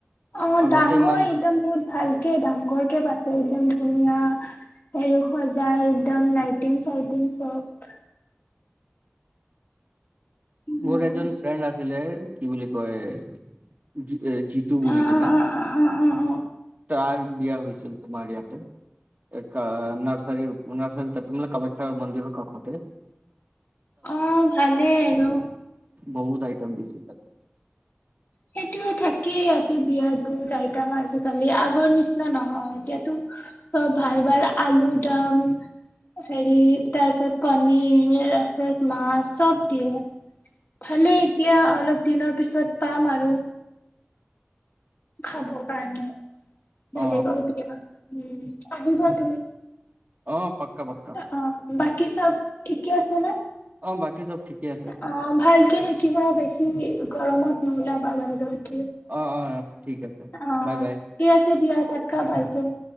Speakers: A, on the left; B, on the right.
A: অ
B: আগতে
A: ডাঙৰ
B: ইমান
A: একদম বহুত ভালকে ডাঙৰকে পাতে একদম ধুনীয়া আৰু সজাই একদম লাইটিং চাইটিং চব উম,
B: মোৰ এজন ফ্ৰেণ্ড আছিলে। কি বুলি কয় জিতু বুলি
A: অ
B: কিনে
A: অ অ অ অ অ
B: তাৰ বিয়া হৈছিল তোমাৰ ইয়াত ম <inaudible> একা নাৰ্চাৰি <unintelligible> কামাখ্য মন্দিৰ কাখতে
A: অ ভালেই আৰু
B: বহুত আইটম দিছি থে
A: সেইটো থাকেই ইয়াতে বিয়া দুইটা মান আজিকালি আগৰ নিচিনা নহয় এতিয়াতো চব ভাল ভাল আলু দাম হেৰি তাৰপিছত পনীৰ তাৰপিছত মাছ চব দিয়ে ভালে এতিয়া অলপ দিনৰ পিছত পাম আৰু খাব কাৰণে ভাল
B: অ
A: ক দিয়া <inaudible>
B: অ পাক্কা পাক্কা
A: অ বাকি চব থিকেই আছে নে
B: অ বাকী চব ঠিকে আছে
A: অ ভালকে থাকিবা বেছি <inaudible> গৰমত নহলে বাবা <inaudible>
B: অ অ ঠিক আছে
A: অ'।
B: বাই বাই
A: ঠিক আছে দিয়া থাকা ভালকে।